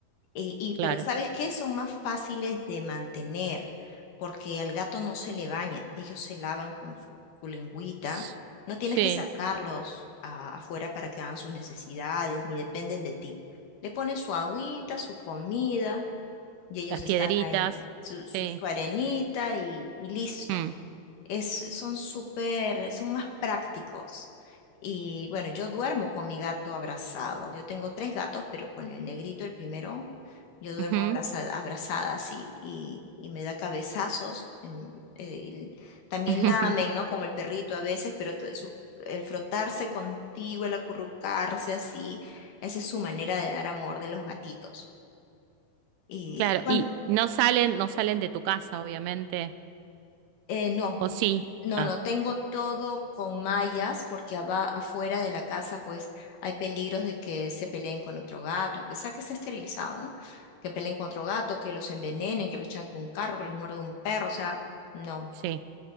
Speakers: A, on the left (about 65°); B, on the right (about 85°).
A: Eh, y
B: claro.
A: pero ¿sabes qué? Son más fáciles de mantener porque al gato no se le baña. Ellos se lavan con su, su lengüita.
B: Ps,
A: No tienes
B: Sí,
A: que sacarlos a- afuera para que hagan sus necesidades, ni dependen de ti. Le pones su agüita, su comida y ellos
B: las
A: están
B: piedritas,
A: ahí, su,
B: sí.
A: su, su arenita y, y listo
B: Mm,
A: es, son súper, son más prácticos. Y bueno, yo duermo con mi gato abrazado. Yo tengo tres gatos, pero con el negrito, el primero, yo duermo
B: ujú.
A: abrazada, abrazada así, y, y me da cabezazos. em, el- también
B: <laughs>
A: lamen, ¿no? Como el perrito a veces, pero t- sus- el frotarse contigo, el acurrucarse así, esa es su manera de dar amor de los gatitos. Y
B: Claro,
A: cuando,
B: y no salen, no salen de tu casa, obviamente.
A: no
B: ¿O sí?
A: No,
B: Ah,
A: no, tengo todo con mallas porque aba- afuera de la casa pues hay peligros de que se peleen con otro gato, a pesar que está esterilizado, ¿no? Que peleen con otro gato, que los envenenen, que los echan con un carro, que los muerde un perro, o sea, no,
B: sí,